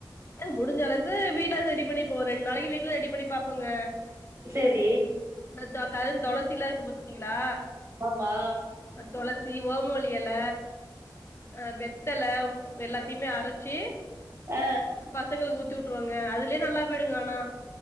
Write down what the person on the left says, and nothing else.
ஏ முடிஞ்ச அளவுக்கு வீட்டா ரெடி பண்ணிப்போ ரெண் நாளைக்கி வீட்ல ரெடி பண்ணி பாப்பேங்க
இந்த கருந்தொளசில்லா இருக்கு பாத்தீங்களா
தொளசி ஓமவல்லி எல ஆ வெத் தல எல்லாத்தயுமே அரச்சி
பசங்களுக்கு ஊத்தி விட்டுருவேங்க அதுலயே நல்லா போயிடுங்க ஆனா